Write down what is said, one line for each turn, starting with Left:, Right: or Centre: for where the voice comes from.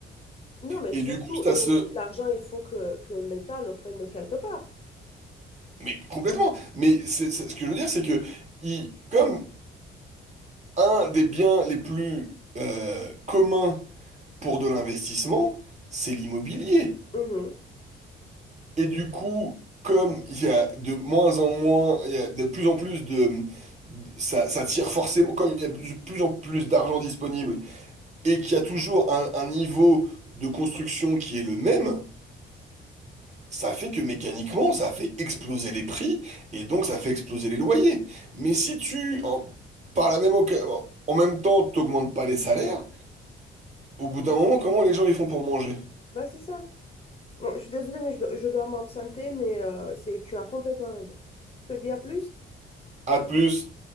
Left: Non, mais
Right: Et
Left: surtout,
Right: du coup, ça
Left: et
Right: se,
Left: aussi l'argent, il faut que, que l'État le prenne de quelque part.
Right: Mais complètement. Mais c'est, c'est- ce que je veux dire, c'est que il- comme un des biens les plus euh, communs pour de l'investissement, c'est l'immobilier.
Left: Mhm.
Right: Et du coup, comme il y a de moins en moins, il y a de plus en plus de, de- ça, ça tire forcément, comme il y a de plus en plus d'argent disponible et qu'il y a toujours un un niveau de construction qui est le même. ça fait que mécaniquement, ça fait exploser les prix et donc ça fait exploser les loyers. Mais si tu, en, par la même oca- en même temps, t'augmentes pas les salaires, au bout d'un moment, comment les gens ils font pour manger?
Left: Bah, c'est ça. Bon, je suis désolée, mais je dois, je dois m'absenter, mais euh, c'est, tu as complètement raison. Je te dis à plus.
Right: À plus.